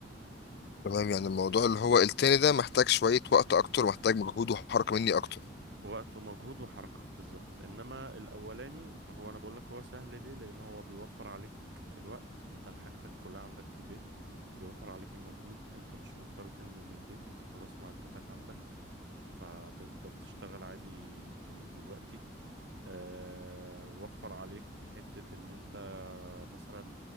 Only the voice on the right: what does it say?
وقت ومجهود وحركة بالظبط انما الاولاني هو انا بقولك هو سهل ليه لان هو بيوفر عليك الوقت انت حاجتك كلها عندك في البيت بيوفر عليك المجهود انت مش مضطر تنزل من البيت انت خلاص معداتك عندك فتقدر تشتغل عادي دلوقتي آه، وفر عليك حتة ان انت مثلا